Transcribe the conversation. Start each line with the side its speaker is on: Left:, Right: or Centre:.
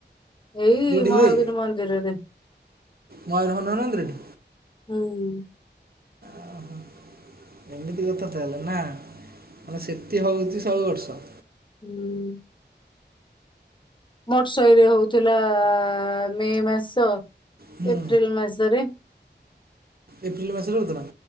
Left: ଏଇ
Right: ଯୋଉଠି
Left: ମହାବୀର
Right: ହୁଏ
Left: ମନ୍ଦିରରେ।
Right: ମୟୂର ହନୁମାନନ୍ଦିରଠି
Left: ହୁଁ।
Right: ଓ ଓହୋ। ଏମିତି କଥା ହେଲେ ନା ମାନେ ସେତିି ହଉଛି ସବୁ ବର୍ଷ।
Left: ହୁଁ। ଭଟ୍ ଶାଇରେ ହଉଥିଲା ମେ ମାସ
Right: ହୁଁ
Left: ଏପ୍ରିଲ ମାସ ରେ।
Right: ଏପ୍ରିଲ ମାସରେ ହୋଉଥିଲା